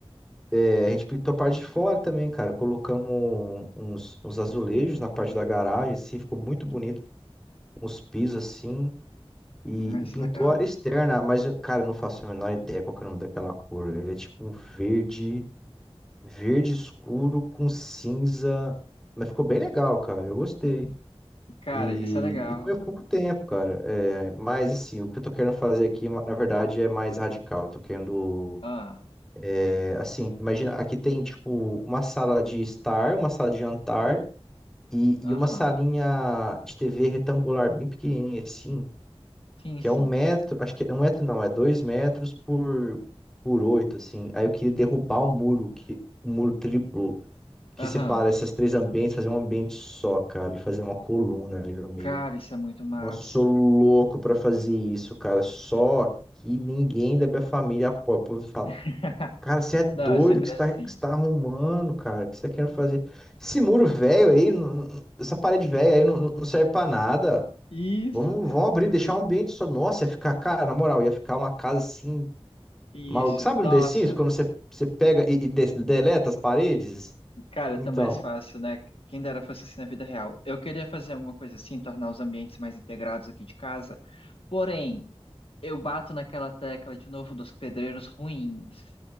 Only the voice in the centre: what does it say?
é, a gente pintou a parte de fora também, cara. Colocamos uns, uns azulejos na parte da garagem, assim, ficou muito bonito. Uns pisos, assim. E,
e
pintou
a área externa, mas, eu- cara, eu não faço a menor ideia qual que é o nome daquela cor. Ele é tipo um verde, verde escuro com cinza. Mas ficou bem legal, cara. Eu gostei.
E,
e foi há pouco tempo, cara. É, mas, assim, o que eu tô querendo fazer aqui, ma- na verdade, é mais radical. Eu tô querendo.
é, assim, imagina, aqui tem, tipo, uma sala de estar, uma sala de jantar e, e
uma salinha de TV retangular, bem pequenininha, assim,
que
é um metro. Acho que é um metro, não, é dois metros por, por oito, assim. Aí eu queria derrubar o muro, que, o muro triplo que
separa esses três ambientes, fazer um ambiente só, cara, e fazer uma coluna ali no meio.
Nossa, eu sou louco pra fazer isso, cara. Só que ninguém da minha família apoia. O povo fala,
cara, você é doido,
o que você
tá, o que você tá arrumando, cara? O que você tá querendo fazer? Esse muro velho aí, não- não- essa parede velha aí não, não- não serve pra nada.
Vamos, vamos abrir, deixar um ambiente só. Nossa, ia ficar, cara, na moral, ia ficar uma casa assim,
maluco. Sabe
no The Sims, quando você, você pega e, e des- deleta as paredes?
Então,